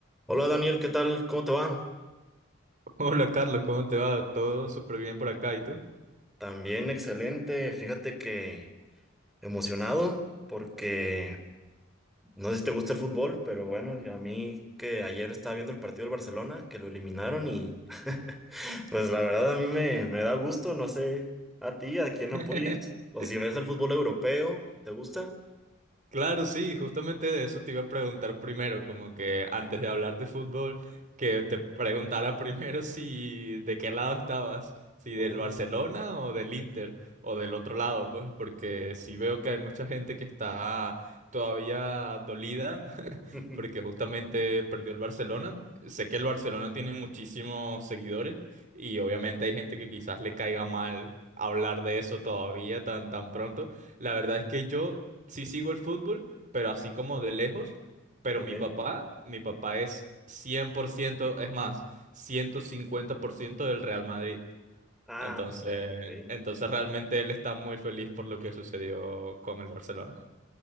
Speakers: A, in the centre; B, on the right.
A: Hola Daniel, ¿qué tal? ¿Cómo te va?
B: Hola Carlos, ¿cómo te va? Todo súper bien por acá, ¿y tú?
A: También excelente. Fíjate que emocionado porque no sé si te gusta el fútbol, pero bueno, y a mí que ayer estaba viendo el partido del Barcelona, que lo eliminaron y <laughs> pues la verdad a mí me, me da gusto, no sé a ti, a
B: <laughs>
A: quién apoyes o si ves el fútbol europeo, ¿te gusta?
B: Claro, sí, justamente de eso te iba a preguntar primero, como que antes de hablar de fútbol, que te preguntara <laughs> primero si de qué lado estabas, si
A: Oh,
B: del Barcelona o del Inter, o del otro lado, pues, porque sí veo que hay mucha gente que está todavía dolida
A: <laughs>
B: porque justamente perdió el Barcelona. Sé que el Barcelona tiene muchísimos seguidores y obviamente hay gente que quizás le caiga mal hablar de eso todavía tan, tan pronto. La verdad es que yo sí sigo el fútbol, pero así como de lejos, pero
A: ok.
B: mi papá, mi papá es 100%, es más, 150% del Real Madrid.
A: Ah,
B: Entonces,
A: ok.
B: entonces realmente él está muy feliz por lo que sucedió con el Barcelona.